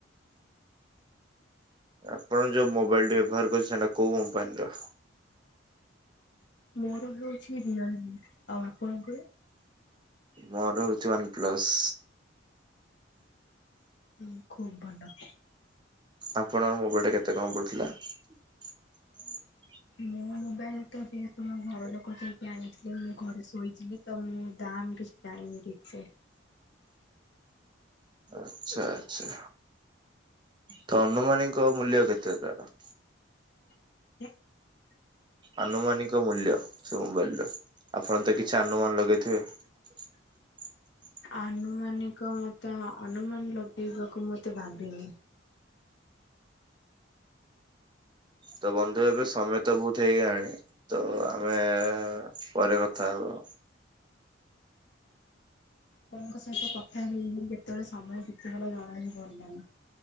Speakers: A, on the right; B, on the left.
A: ଆପଣ ଯୋଉ ମୋବାଇଲ ଟି ବ୍ୟବହାର କରୁଛନ୍ତି ସେଟା କୋଉ କମ୍ପାନୀର?
B: ମୋର ହଉଛି ରିୟଲମି ଆଉ ଆପଣଙ୍କର?
A: ମୋର ହଉଛି ୱାନ ପ୍ଲସ।
B: ହୁଁ ଖୁଵ୍ ଭଲ।
A: ଆପଣଙ୍କ ମୋବାଇଲଟା କେତେ କଣ ପଡ଼ିଥିଲା? <inaudible>
B: ମୋ ମୋବାଇଲ ଟା ଯେହେତୁ ମୋ ଘର ଲୋକ ଯାଇକି ଆଣିଥିଲେ ମୁଁ ଘରେ ଶୋଇଥିଲି ତ ମୁଁ ଦାମ୍ କିଛି ଜାଣିନି ଠିକ୍ ସେ।
A: ଆଚ୍ଛା ଆଛା ତ ଅନୁମାନୀଙ୍କ ମୂଲ୍ୟ କେତେ ତାର?
B: <inaudible>
A: ଆନୁମାନିକ ମୂଲ୍ୟ ସବୁ ମୋବାଇଲର ଆପଣ ତ କିଛି ଆନୁମାନ ଲଗେଇଥିବେ? <inaudible>
B: ଆନୁମାନିକ ମତେ ଅନୁମାନ ଲଗେଇବାକୁ ମୁଁ ଏତେ ଭାବିନି।
A: ତ ବନ୍ଧୁ ଏବେ ସମୟ ତ ବହୁତ ହେଇଗଲାଣି ତ ଆମେ- ପରେ କଥା ହବା।
B: ଆପଣଙ୍କ ସହିତ କଥା ହେଇ ହେଇ କେତେବେଳେ ସମୟ ବିତିଗଲା ଜଣା ହି ପଡ଼ିଲାଣି।